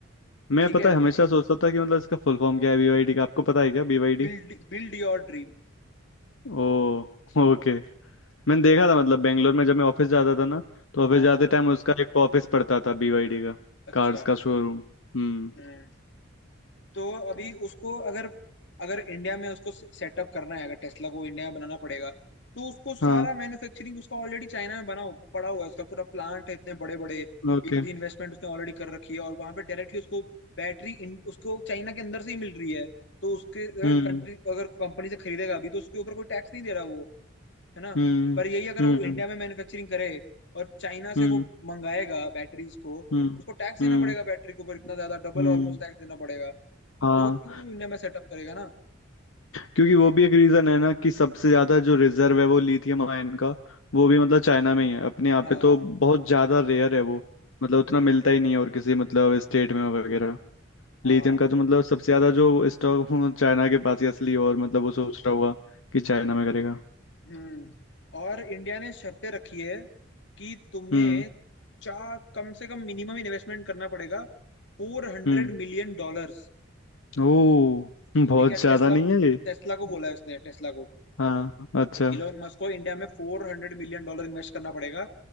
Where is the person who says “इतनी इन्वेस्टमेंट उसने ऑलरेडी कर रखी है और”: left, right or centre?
Left